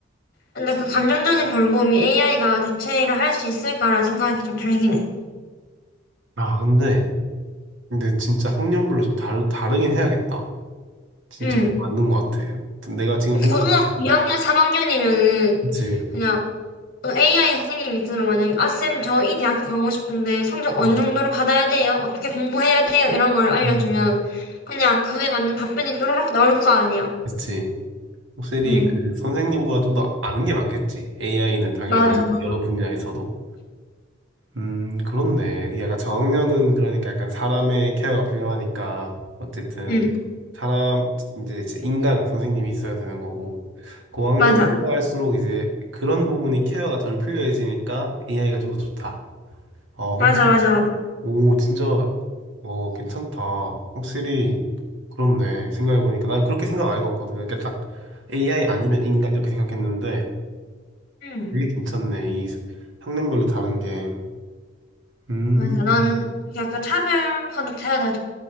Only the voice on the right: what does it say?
아, 근데, 근데 진짜 학년별로 좀 다르, 다르긴 해야겠다. 진짜
그거 맞는 것 같아. 내가 지금 생각해보면,
그치.
음,
음, 음.
그치. 확실히
그 선생님보다 좀 더 아는 게 많겠지. AI는 당연히
여러 분야에서도. 음, 그렇네. 이 약간 저학년은 그러니까 약간 사람의 케어가 필요하니까 어쨌든
사람 이제 이제 인간 선생님이 있어야 되는 거고 고학년
올라갈수록 이제 그런 부분이 케어가 덜 필요해지니까 AI가 좀 더 좋다. 어, 근-
오, 진짜 어, 괜찮다. 확실히 그렇네. 생각해 보니까 난 그렇게 생각 안 해봤거든. 그러니까 딱 AI 아니면 인간 이렇게 생각했는데
되게 괜찮네. 이 학년별로 다른 게. 음.